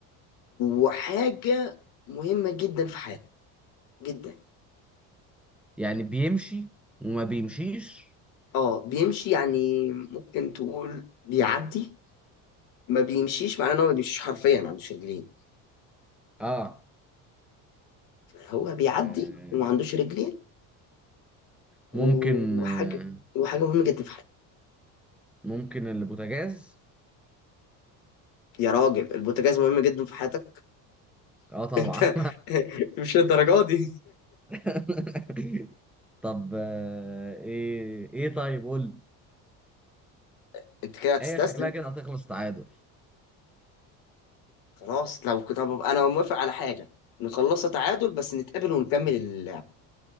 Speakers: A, on the left (about 65°); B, in the centre.
A: وحاجه مهمه جدا في حياتك جدا
B: يعني بيمشي وما بيمشيش
A: اه بيمشي يعني ممكن تقول بيعدي ما بيمشيش معناه ان هو ما بيمشيش حرفيا ما عندوش رجلين
B: اه,
A: هو بيعدي
B: آه.
A: وما عندوش رجلين وحاجه
B: ممكن آه.
A: وحاجه مهمه جدا في حياتك
B: ممكن البوتاجاز
A: يا راجل البوتاجاز مهم جدا في حياتك
B: اه
A: <laughs>
B: طبعا
A: انت <laughs> مش للدرجه دي
B: <laughs> طب آه. ايه ايه طيب قول لي.
A: <laughs> انت كده هتستسلم
B: هي شكلها كده هتخلص تعادل
A: خلاص لو كنت طب انا موافق على حاجه نخلصها تعادل بس نتقابل ونكمل اللعب